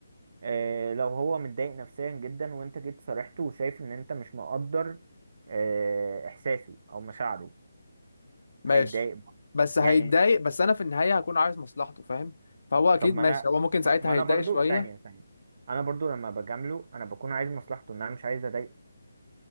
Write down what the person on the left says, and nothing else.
ماشي
بس هيتضايق
بس انا في النهايه هكون عايز مصلحته فاهم فهو اكيد
ماشي
هو ممكن ساعتها
هيتضايق
شويه